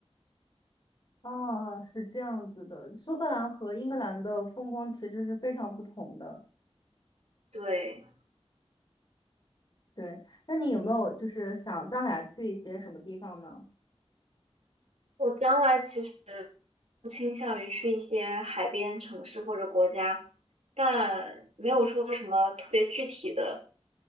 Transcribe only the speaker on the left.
啊是这样子的。苏格兰和英格兰的风光其实是非常不同的。
对，那你有没有就是想将来去一些什么地方呢？